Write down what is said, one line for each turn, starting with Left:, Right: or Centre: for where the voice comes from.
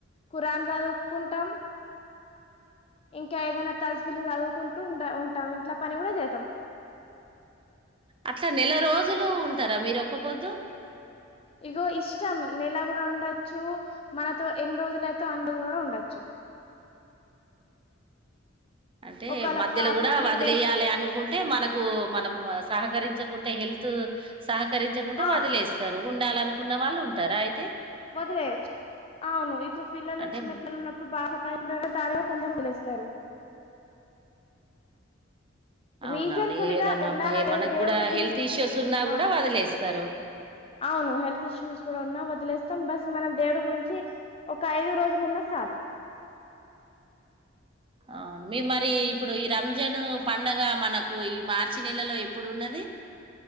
Left: ఖురాన్ చదువుకుంటాం. ఇంకా ఏదైనా తజ్ జులు చదువుకుంటూ ఉండ ఉంటాం ఇంట్ల పని కూడ చేతాం
Right: అట్లా నెల రోజులు ఉంటారా మీరు ఒక్కపొద్దు
Left: ఇగో ఇష్టం నెలా గు ఉండచ్చు మనతో ఎన్ని రోజులయితే అన్ని రోజులు కూడా ఉండొచ్చు.
Right: అంటే
Left: ఒకవేళ
Right: మధ్యలో కూడా
Left: ఫిఫ్టీన్
Right: వదిలేయాలి
Left: డేస్
Right: అనుకుంటే మనకు మనం సహకరించకుంటే హెల్త్ సా కరించకుంటే
Left: ఆ
Right: వదిలేస్తారు ఉండాలనుకున్న వాళ్ళు ఉంటారా అయితే
Left: వదిలేయచ్చు. అవును ఇప్పుడు పిల్లలు
Right: అంటే
Left: చిన్నపిల్లలు ఉన్నప్పుడు బా సబ్ తని దగ్గర దారిగా కొందరు వదిలేస్తారు
Right: అవునవును
Left: రీజన్
Right: ఇగ
Left: ఫుల్
Right: ఏదన్నా
Left: గా ఉండాలనే
Right: మనకు
Left: దేవుని
Right: కూడా
Left: గురించి
Right: హెల్త్ ఇష్యూస్ ఉన్నా
Left: ఆ
Right: కూడా వదిలేస్తారు
Left: అవును హెల్త్ ఇష్యూస్ కూడా ఉన్నా వదిలేస్తాం, బస్ మనం దేవుడి గురించి ఒక ఐదు రోజులు ఉన్నా సాలు.
Right: అవును మేం మరి ఇప్పుడు ఈ రంజాను పండగ మనకు ఈ మార్చి నెలలో ఎప్పుడు ఉన్నది